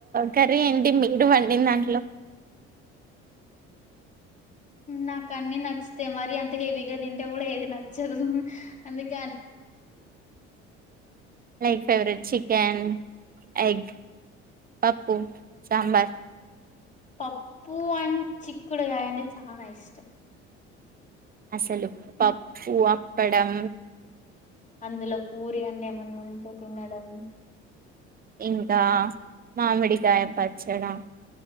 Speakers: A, on the right; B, on the left.
A: కర్రీ ఎంటి మీరు వండిందాంట్లో
B: నాక అన్ని నచ్చుతాయి మరి అంత హెవీగా దింటే గూడా ఏది నచ్చదు అందుకే
A: లైక్ ఫెవరెట్ చికెన్ ఎగ్ పప్పు సాంబార్
B: పప్పు అండ్ చిక్కుడుగాయ అంటే చానా ఇష్టం
A: అసలు పప్పు, అప్పడం
B: అందులో పూరి అన్న ఏమన్నా ఉంటే తిన్నాడేమో
A: ఇంకా మామిడికాయ పచ్చడ